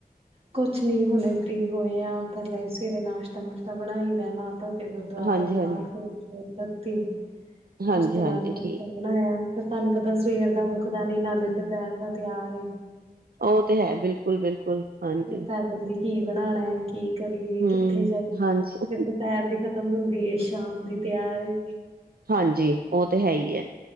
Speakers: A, on the right (about 35°); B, on the right (about 70°).
A: ਕੁਛ ਨ ਹੁਣੇ ਫਰੀ ਹੋਏ ਆ ਪਹਿਲ ਸਵੇਰੇ ਨਾਸ਼ਤਾ ਨਸ਼ਤਾ ਬਣਾਈ ਦੇਣਾ ਕੇ ਗੁਰਦੁਆਰੇ
B: ਹਾਂਜੀ ਹਾਂਜੀ
A: ਪਾਠਬਤੀ
B: ਹਾਂਜੀ
A: ਉਸ ਤੋਂ
B: ਹਾਂਜੀ
A: ਬਾਅਦ
B: ਠੀਕ
A: ਬਣਾਇਆ ਫਿਰ ਤੁਹਾਨੂੰ ਪਤਾ ਸਵੇਰ ਦਾ ਮੁੱਕਦਾ ਨੀ ਨਾਲੇ ਦੁਪਹਿਰ ਦਾ ਤਿਆਰ
B: ਉਹ ਤੇ ਹੈ ਬਿਲਕੁਲ ਬਿਲਕੁਲ ਹਾਂਜੀ
A: ਫਰ ਪੈ ਜਾਂਲਦੀ ਕੀ ਬਣਾਉਣਾ ਕੀ ਕਰੀਏ
B: ਹਮ
A: ਕਿੱਥੇ ਜਾਈਏ
B: ਹਾਂਜੀ
A: ਫਰ ਦੁਪੈਰ ਦੀ ਖਤਮ ਹੁੰਦੀ ਸ਼ਾਮ ਦੀ ਤਿਆਰ
B: ਹਾਂਜੀ ਉਹ ਤੇ ਹੈ ਹੀ ਹੈ